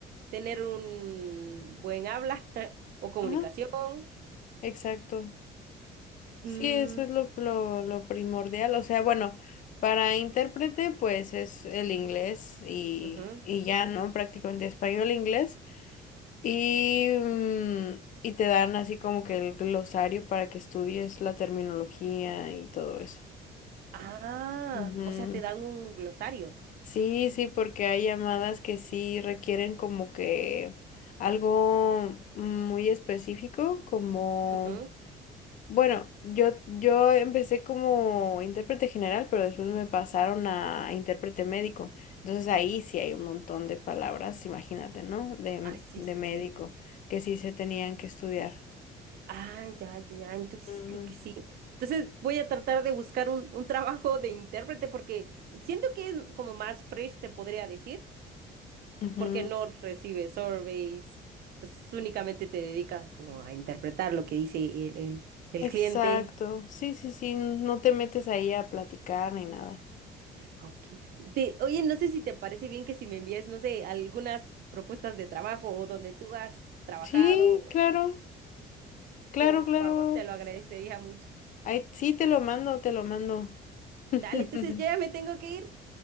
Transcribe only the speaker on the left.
Ajá, exacto. Sí,
eso es lo, lo, lo primordial. O sea, bueno, para intérprete, pues es el inglés y,
y ya, ¿no? Prácticamente español, inglés. Y, mm, y te dan así como que el glosario para que estudies la terminología y todo eso.
Ujú.
Sí, sí, porque hay llamadas que sí requieren como que algo muy específico, como...
Bueno, yo, yo empecé como intérprete general, pero después me pasaron a intérprete médico. Entonces ahí sí hay un montón de palabras, imagínate, ¿no? De,
de
médico,
que sí se tenían que estudiar.
Mm,
ujú.
Exacto.
Sí, sí, sí. No te metes ahí a platicar ni nada.
Sí, claro, claro,
claro.
Ahí sí te lo mando, te lo mando. <laughs>